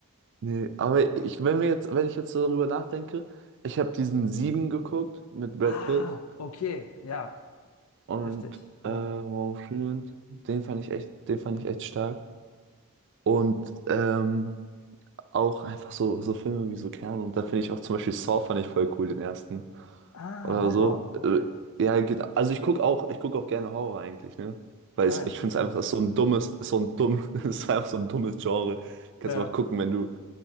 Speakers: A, on the right (about 55°); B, on the left (about 70°).
A: Nee, aber ich, wenn wir jetzt, wenn ich jetzt so darüber nachdenke, ich habe diesen Sieben geguckt mit Brad
B: Ah,
A: Pitt.
B: okay, ja,
A: und
B: heftig, ja.
A: äh, Morgan Freeman, den fand ich echt, den fand ich echt stark. Und ähm, auch einfach so, so Filme wie so Kern. Und da finde ich auch zum Beispiel Saw fand ich voll cool, den ersten.
B: Ah,
A: Oder
B: Horror,
A: so.
B: okay.
A: Äh, ja, geht. Also ich gucke auch, ich guck auch gerne Horror eigentlich, ne? Weil
B: Ah,
A: ich,
B: interessant.
A: ich finde es einfach ist so ein dummes, ist so ein dumm, <laughs> ist einfach so ein dummes Genre. Kannst
B: Ja,
A: du einfach gucken, wenn du,